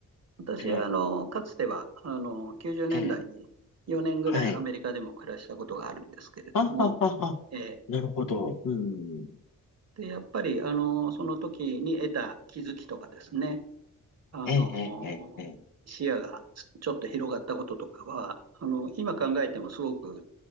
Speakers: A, on the right; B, on the left.
A: 私は、
B: ええ、
A: あの、かつては、あの、90年代に4年ぐらいアメリカでも暮らしたことがあるんですけれども、
B: ええ。はい。あははは。
A: えー
B: なるほど。うん。
A: で、やっぱり、あの、その時に得た気づきとかですね、あのー視野がちょっと広がったこととかは、
B: ええ、ええ、ええ。ええ
A: あの、今考えてもすごく、